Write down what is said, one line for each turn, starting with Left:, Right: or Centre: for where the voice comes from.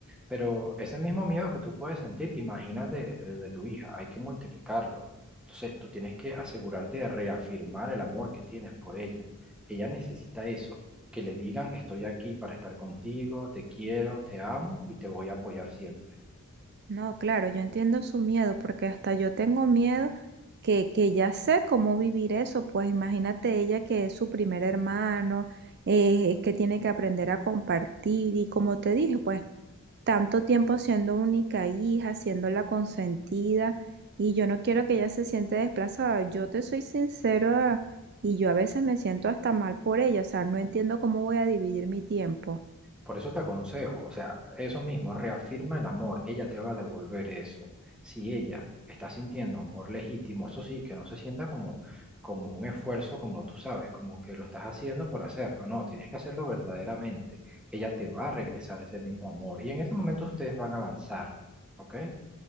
Centre: Pero ese mismo miedo que tú puedes sentir, imagínate el de tu hija, hay que multiplicarlo. Entonces, tú tienes que asegurarte de reafirmar el amor que tienes por ella. Ella necesita eso, que le digan, estoy aquí para estar contigo, te quiero, te amo y te voy a apoyar siempre.
Right: No, claro, yo entiendo su miedo, porque hasta yo tengo miedo que, que ya sé cómo vivir eso, pues imagínate ella que es su primer hermano, eh, que tiene que aprender a compartir y como te dije, pues tanto tiempo siendo única hija, siendo la consentida y yo no quiero que ella se siente desplazada. Yo te soy sincera y yo a veces me siento hasta mal por ella, o sea, no entiendo cómo voy a dividir mi tiempo.
Centre: Por eso te aconsejo, o sea, eso mismo, reafirma el amor, ella te va a devolver eso. Si ella está sintiendo amor legítimo, eso sí, que no se sienta como, como un esfuerzo, como tú sabes, como que lo estás haciendo por hacerlo, no, tienes que hacerlo verdaderamente. Ella te va a regresar ese mismo amor y en ese momento ustedes van a avanzar, ¿ok?